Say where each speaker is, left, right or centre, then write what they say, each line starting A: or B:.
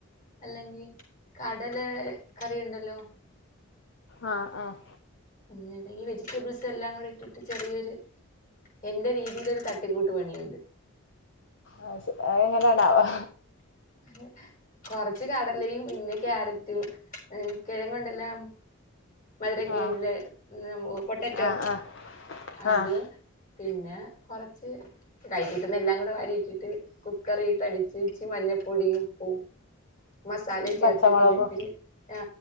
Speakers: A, on the left (about 40°); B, on the left (about 60°).
A: അല്ലെങ്കിൽ കടല കറി ഉണ്ടല്ലോ
B: ആ ആ
A: പിന്നണ്ടെങ്ങെ ഈ വെജിറ്റബിൾസ് എല്ലാം കൂടെ ഇട്ടിട്ട് ചെറിയൊരു എന്റെ രീതിയിലൊരു തട്ടിക്കൂട്ട് പണിയുണ്ട്
B: ആ ശെരി എങ്ങനെയാണാവോ
A: <unintelligible> കുറച്ച് കടലയും പിന്നെ ക്യാരറ്റും കിഴങ്ങ് ഉണ്ടല്ലാ മധുര കി
B: ആഹ്
A: ല്ലേ പൊട്ടറ്റോ
B: ആഹ് ആഹ്
A: അതും
B: ആഹ്
A: പിന്നെ കുറച്ച് കൈ കിട്ടുന്ന എല്ലാം കൂടെ വാരി ഇട്ടിട്ട് കുക്കറിട്ടടിച്ച് ഇച്ചി മഞ്ഞപ്പൊടിയും ഉപ്പും മസാലയും ചേർത്ത്
B: പച്ചമുളകും
A: പിന്നിത്തിരി ആ